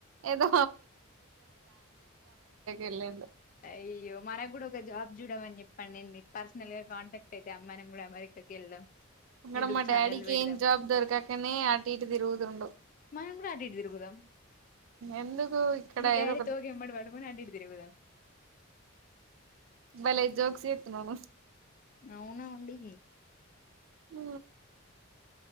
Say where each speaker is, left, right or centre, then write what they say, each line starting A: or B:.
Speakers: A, on the right; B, on the left.
A: ఏదో ఎల్లుండి
B: అయ్యో మనకు కూడా ఒక జాబ్ చూడమని చెప్పాండి నేను మీకు పర్సనల్ గా కాంటాక్ట్ అయితే మనం కూడా అమెరికాకి వెళ్దాం
A: అక్కడ
B: యూట్యూబ్
A: మా
B: ఛానల్
A: డాడీకి
B: పెడదాం
A: ఏం జాబ్ దొరకకనే అటు ఇటు తిరుగుతుండడు
B: మనం కూడా అటు ఇటు తిరుగుదాం
A: ఎందుకు ఇక్కడ
B: మీ డాడీ
A: ఏదో ఒక
B: తోక ఎమ్మటి పట్టుకొని అటు ఇటు తిరుగుదాం
A: భలే జోక్స్ వెత్తున్నావ్ రా
B: అవునా అండి
A: ఆ